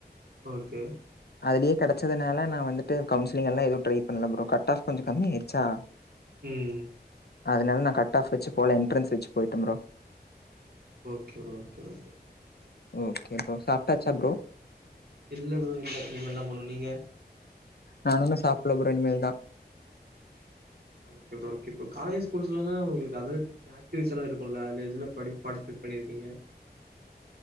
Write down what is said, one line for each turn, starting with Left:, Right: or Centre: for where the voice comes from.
Right: ஓகே
Left: அதுலயே கெடைச்சதுனால நா வந்துட்டு கவுசிலிங்லா எதுவு ட்ரை பண்ணல ப்ரோ கட் ஆஃப் கொஞ்ச கம்மி ஆயிடுச்சா
Right: ம்
Left: அதனால நா கட்ஆஃப் வச்சு போல என்ட்ரன்ஸ் வச்சு போய்ட்டே bro
Right: okay bro okay okay
Left: okay bro சாப்ட்டாச்சா புரோ
Right: இல்ல புரோ இல்ல நீங்க இனிமேல்தா போனு நீங்க
Left: நானு இன்னு சாப்புல புரோ இனிமேல்தா
Right: ஓ okay bro okay bro colleges ஸ்கூல்ஸ்லலா உங்களுக் <unintelligible> ப்ராக்ட்டிஸ்லா இருக்குல்ல அந்த இதுல படிப் பார்ட்டிசிபேட் பண்ணிருக்கீங்க